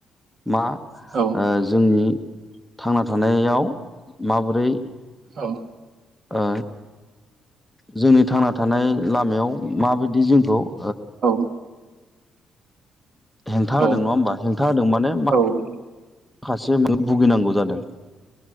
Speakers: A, in the centre; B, on the right (about 55°).
A: मा
B: औ
A: ओ जोंनि थांना थानायाव माबोरै
B: औ
A: ओ जोंनि थांना थानाय लामायाव माबायदि जोंखौ <unintelligible>
B: औ
A: हेंथा
B: औ
A: होदों नङा होमबा हेंथा होदों माने
B: औ
A: मा? माखासे भुगिनांगौ जादों